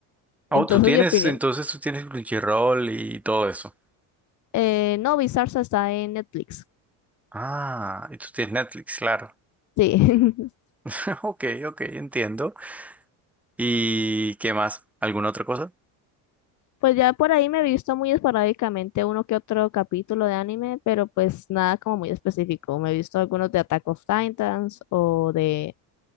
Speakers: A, in the centre; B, on the left.
A: Oh,
B: Entonces,
A: tú tienes,
B: mi opinión.
A: entonces tú tienes Crunchyroll y todo eso.
B: Eh, no, Bizarre está en Netflix.
A: Ah, y tú tienes Netflix, claro.
B: Sí. <laughs>
A: <laughs> Ok, ok, entiendo. ¿Y qué más? ¿Alguna otra cosa?
B: Pues ya por ahí me he visto muy esporádicamente uno que otro capítulo de anime, pero pues nada como muy específico. Me he visto algunos de Attack of Titans o de...